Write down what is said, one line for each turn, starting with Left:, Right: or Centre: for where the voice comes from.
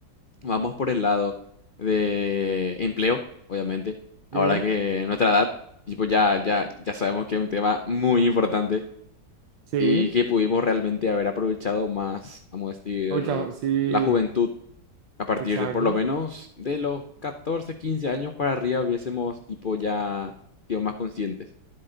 Left: vamos por el lado de empleo, obviamente.
Right: Sí,
Left: Ahora que nuestra edad, tipo, ya, ya, ya sabemos que es un tema muy importante
Right: sí,
Left: y que pudimos realmente haber aprovechado más, vamos a decir,
Right: ocho, sí,
Left: la juventud a partir
Right: exacto.
Left: de por lo menos de los 14 15 años para arriba hubiésemos tipo ya sido más conscientes.